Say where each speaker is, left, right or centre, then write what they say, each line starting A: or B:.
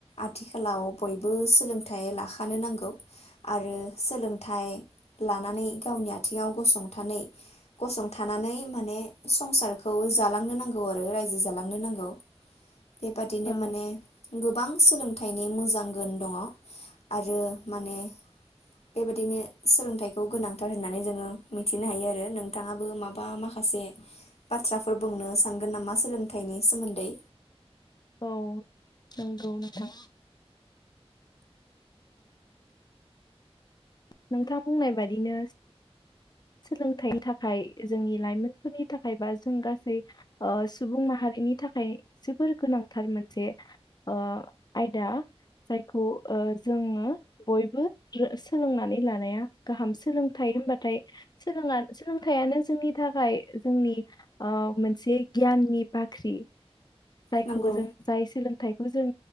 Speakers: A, on the left (about 75°); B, on the left (about 40°).
A: आथिखालाव बयबो सोलों फिथाइ लाखानो नांगो गौ आरो सोलोंथाइ लानानै गावनि आथिङाव गसंथानै गसंथानानै माने संसारखौ जालांनो नांगौ आरो रायजो जालांनो नांगौ बेबादिनो
B: औ
A: माने गोबां सोलों थाइनि मोजां गोन दङ आरो माने बेबायदिनो सोलोंथाइखौ गोनांथार होननानै जोङो मिथिनो हायो आरो नोंथाङाबो माबा माखासे बाथ्राफोर बुंनो सानगोन नामा सोलोंथाइनि सोमोन्दै
B: औ नंगौ नोंथां नोंथां बुंनाय बादिनो सोलोंथाइनि थाखाय जोंनि लाइमोनफोरनि थाखाय बा जों गासै ओ सुबुं माहारिनि थाखाय जोबोर गोनांथार मोनसे ओ आयदा जायखौ ओ जोङो बयबो ओ सोलोंनानै लानाया गाहाम सोलोंथाय होनबाथाय सोलोंना सोलों थायानो जोंनि थाखाय जोंनि ओ मोन से गियाननि बाख्रि जायखौ
A: नंगौ
B: जों जाय सोलोंथाइखौ जों